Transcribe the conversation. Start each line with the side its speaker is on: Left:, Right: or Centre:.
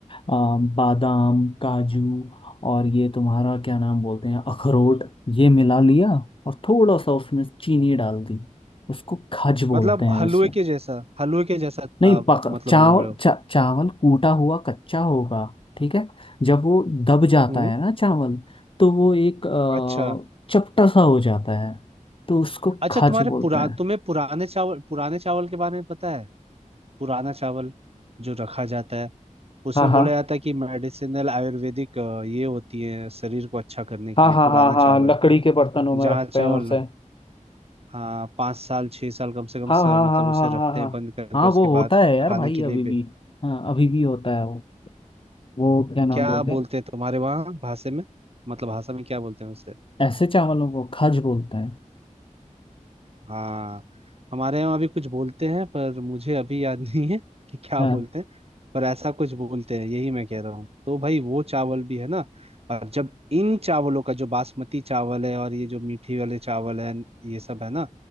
Left: आ, बादाम काजू और ये तुम्हारा क्या नाम बोलते हैं अखरोट ये मिला लिया और थोड़ा सा उसमें चीनी डाल दी उसको खज बोलते
Right: मतलब
Left: हैं वैसे
Right: हलवे के जैसा हलवे के जैसा
Left: नहीं
Right: आप
Left: पक
Right: मतलब
Left: चावल
Right: बोल रहे हो
Left: चा, चावल कूटा हुआ कच्चा होगा ठीक है जब वो दब जाता
Right: हम्म
Left: है ना चावल तो वो एक अ,
Right: अच्छा
Left: चपटा सा हो जाता है तो उसको
Right: अच्छा
Left: खाज
Right: तुम्हारे
Left: बोलते
Right: पुरा
Left: हैं
Right: तुम्हें पुराने चावल पुराने चावल के बारे में पता है पुराना चावल जो रखा जाता है उसमें
Left: हाँ हाँ
Right: बोला जाता है कि मेडिसिनल आयुर्वेदिक अ, ये होती है शरीर को अच्छा करने के
Left: हाँ
Right: लिए
Left: हाँ
Right: पुराना
Left: हाँ हाँ
Right: चावल
Left: लकड़ी के बर्तनों
Right: जहाँ
Left: में रखते
Right: चावल
Left: हैं उसे
Right: ना हाँ पाँच साल छह साल कम से कम
Left: हाँ
Right: स,
Left: हाँ
Right: मतलब
Left: हाँ
Right: उसे
Left: हाँ
Right: रखते
Left: हाँ हाँ
Right: हैं बंद करके
Left: हाँ
Right: उसके
Left: वो होता
Right: बाद
Left: है यार
Right: खाने
Left: भाई
Right: के लिए
Left: अभी
Right: भी
Left: भी हाँ अभी भी होता है वो वो क्या नाम
Right: क्या
Left: बोलते
Right: बोलते
Left: हैं
Right: हैं तुम्हारे वहाँ भाषा में मतलब भाषा में क्या बोलते हैं उसे
Left: ऐसे चावलों को खाज बोलते हैं
Right: हाँ हमारे यहाँ भी कुछ बोलते हैं पर मुझे अभी याद <laughs> नहीं है कि क्या
Left: हाँ
Right: बोलते हैं पर ऐसा कुछ बोलते हैं यही मैं कह रहा हूँ तो भाई वो चावल भी है ना और जब इन चावलों का जो बासमती चावल है और ये जो मीठी वाले चावल है ये सब है ना